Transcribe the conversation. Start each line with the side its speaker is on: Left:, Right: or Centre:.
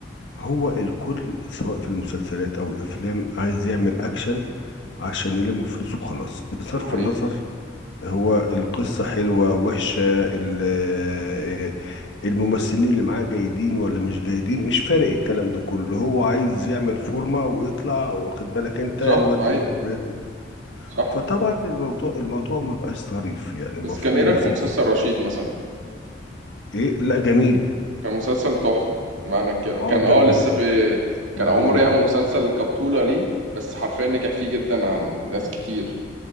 Left: هو الكل سواء في المسلسلات او الافلام عايز يعمل اكشن عشان يلم فلوس وخلاص بصرف
Right: ده حقيقي
Left: النظر هو القصة حلوة وحشة ال- آه، الممثلين اللي معاه جيدين ولا مش جيدين مش فارق الكلام ده كله هو عايز يعمل فورمة ويطلع واخد بالك انت
Right: صح
Left: الواد
Right: ايوه
Left: الفلاني
Right: صح
Left: فطبعا الموضوع الموضوع ما بقاش ظريف يعني المفروض
Right: بس كان ايه رايك
Left: مسلسل
Right: في مسلسل رشيد مثلا
Left: ايه لا جميل
Right: كان مسلسل تحفة معنى كده كان
Left: اه
Right: اه
Left: جميل
Right: لسه في
Left: جميل
Right: كان أول مرة يعمل مسلسل كبطولة ليه بس حرفيا نجح فيه جدا عن ناس كتير